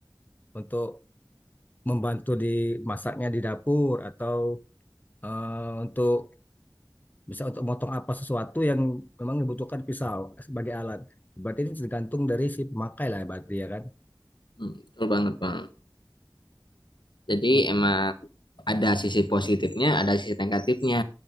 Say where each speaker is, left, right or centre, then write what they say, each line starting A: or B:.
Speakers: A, on the left; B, on the left.
A: untuk membantu di masaknya di dapur atau eh, untuk bisa untuk motong apa sesuatu yang memang dibutuhkan pisau sebagai alat. Berarti ini tergantung dari si pemakai lah berarti ya kan.
B: Hmm, Betul banget, Bang. Jadi
A: Oke.
B: emang ada sisi positifnya, ada sisi negatifnya